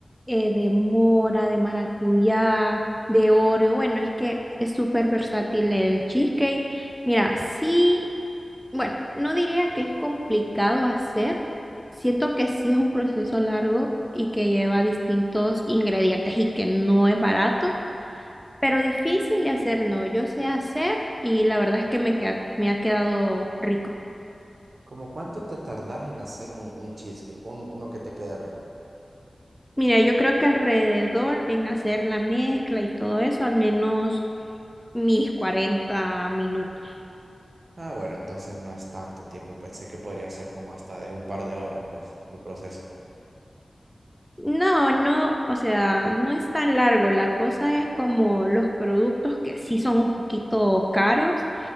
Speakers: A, in the centre; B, on the right.
A: eh, de mora, de maracuyá, de Oreo, bueno, es que es súper versátil el cheesecake. Mira, sí, bueno, no diría que es complicado hacer, siento que sí es un proceso largo y que lleva distintos ingredientes y que no es barato pero difícil de hacer no. Yo sé hacer y la verdad es que me, queda- me ha quedado rico.
B: ¿Cómo cuánto te tardás en hacer un, un cheesecake? Un- uno que te quede rico.
A: Mira, yo creo que alrededor en hacer la mezcla y todo eso, al menos mis 40 minutos.
B: Ah, bueno, entonces no es tanto tiempo. Pensé que podría ser como hasta de un par de horas, pues, el proceso.
A: No, no, o sea, no es tan largo. La cosa es como los productos que sí son un poquito caros.